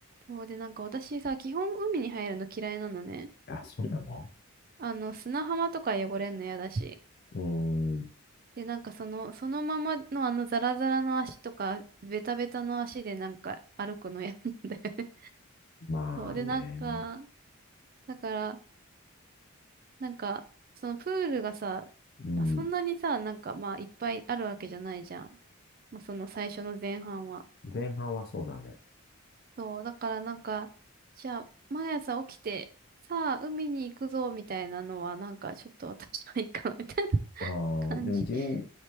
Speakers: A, on the right (about 40°); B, on the left (about 45°).
A: そうで、なんか私さ、基本海に入るの嫌いなのね。
B: あ、そうなの
A: あの、砂浜とか汚れんの嫌だし。
B: うーん。
A: で、なんかその、そのままのあのザラザラの足とか、ベタベタの足でなんか歩くの嫌なんだよね。
B: まあね。
A: <laughs> そうで、なんか、だから、なんか、そのプールがさ、
B: うん。
A: まあ、そんなにさ、なんかまあいっぱいあるわけじゃないじゃん。まあ、その最初の前半は。
B: 前半はそうだね。
A: そう、だからなんか、じゃあ、毎朝起きて、さあ、海に行くぞ、みたいなのは、なんか、ちょっと私はいいかな、みたいな
B: あ
A: 感じ。
B: あ、でも自分、
A: <laughs>